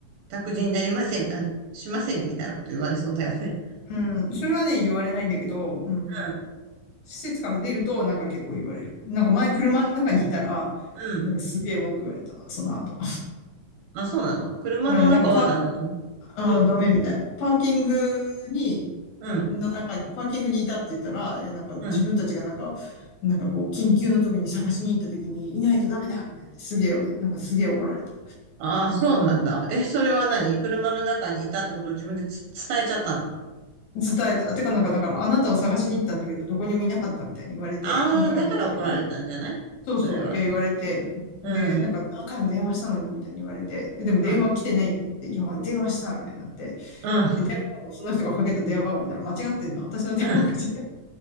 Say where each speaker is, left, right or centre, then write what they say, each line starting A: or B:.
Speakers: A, on the right; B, on the left.
A: 託児になりません、あの、しませんみたいなこと言われそうだよね。
B: うん。それはね、言われないんだけど、うん。
A: う
B: 施設から出ると、なんか結構言われる。なんか前車の中にいたら、
A: ん、うん。
B: なんかすげえ文句言われた、その後。
A: あ、そうなの車の中はダメなの
B: うん、なんかパあー、
A: ど、
B: ダメみたい。パーキングに、
A: うん、
B: の中に、パーキングにいたって言ったら、いや、なんか自分たちがなんか、
A: うん。
B: なんかこう、緊急の時に探しに行った時に、いないとダメだみたいな。すげえ、なんかすげえ怒られた。
A: ああ、そうなんだ。え、それは何車の中にいたってことを自分でつ伝えちゃったの
B: 伝えた。てかなんかだから、あなたを探しに行ったんだけど、どこにもいなかったみたいに言われて、
A: ああ、
B: 迎えに行った時に。
A: だから怒られたんじゃないそれは。
B: そうそう、いや、言われて。
A: うん、
B: で、なんか何回も電話したのに、
A: う
B: みたいに言われて。えでも電話来てないって言って、
A: ん、
B: いや、電話した、みたいになって。
A: うん、うん、
B: で、電話番号、その人がかけた電話番号見たら間違ってんの。私の電話がかけちゃって。
A: う